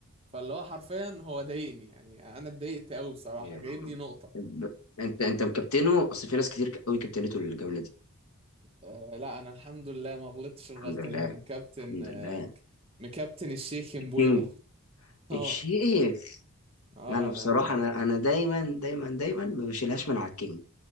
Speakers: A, on the right (about 25°); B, on the left (about 85°).
A: فاللي هو حرفيا هو ضايقني يعني انا اتضايقت قوي بصراحة
B: يعني
A: جايب لي نقطة
B: ب- انت انت مكابتنه اصل في ناس كتير قوي كابتنته الجوله دي
A: أه لا انا الحمد لله ما غلطتش الغلطة
B: الحمد لله
A: دي انا مكابتن
B: الحمد
A: آه،
B: لله
A: مك- مكابتن الشيخ مبويمو
B: الكينج
A: <laughs> اه
B: الشيخ
A: اه
B: انا بصراحه
A: انا
B: انا انا دايما دايما دايما ما بشيلهاش من على الكينج